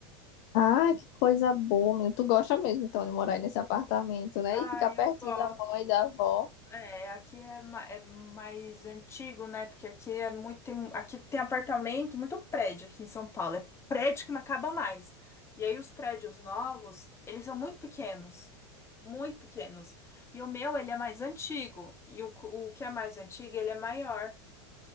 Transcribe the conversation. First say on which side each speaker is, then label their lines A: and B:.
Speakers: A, on the left (about 50°); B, on the left (about 20°).
A: Ah, que coisa boa, menina. Tu gosta mesmo, então, de morar aí nesse apartamento, né?
B: Ah,
A: E ficar
B: eu
A: pertinho
B: gosto.
A: da mãe e da avó.
B: É, aqui é, ma- é mais antigo, né? Porque aqui é muito, tem- aqui tem apartamento, muito prédio aqui em São Paulo. É prédio que não acaba mais. E aí os prédios novos, eles são muito pequenos, muito pequenos. E o meu, ele é mais antigo. E o, cu- o que é mais antigo, ele é maior.